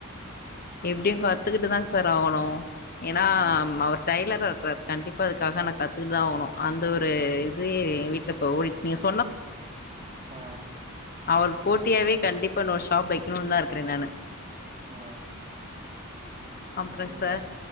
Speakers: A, on the left (about 45°); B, on the right (about 25°).
A: எப்டியு கத்துக்குட்டு தாங் சார் ஆகுணு ஏனா
B: ஆ
A: அவர் டெய்லராருக்குறார் கண்டிப்பா அதுக்காக நா கத்துக்குட்டு தா ஆகுணு அந்த ஒரு இது எங்க வீட்ல இப்போ ஓடிட் நீங்க சொ
B: ஆ
A: அவருக்கு போட்டியாவே கண்டிப்பா நா ஒரு ஷாப் வைக்கணுனு தா இருக்கிறே நானு
B: ஆ
A: அப்பறங்
B: கத்துப்பீங்க
A: சார்